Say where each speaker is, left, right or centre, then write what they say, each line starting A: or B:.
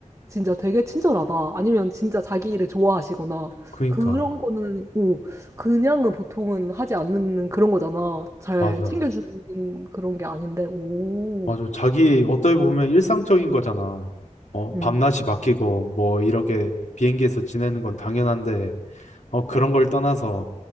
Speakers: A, on the right; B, on the left.
A: 진짜 되게 친절하다. 아니면 진짜 자기 일을 좋아하시거나
B: 그니까,
A: 그런 거는, 어, 그냥은 보통은 하지 않는 그런 거잖아. 잘
B: 맞아.
A: 챙겨주는 그런 게 아닌데, 오.
B: 맞아. 자기, 어떻게 보면 일상적인 거잖아. 어,
A: 음.
B: 밤낮이 바뀌고, 뭐, 이렇게 비행기에서 지내는 건 당연한데, 어, 그런 걸 떠나서,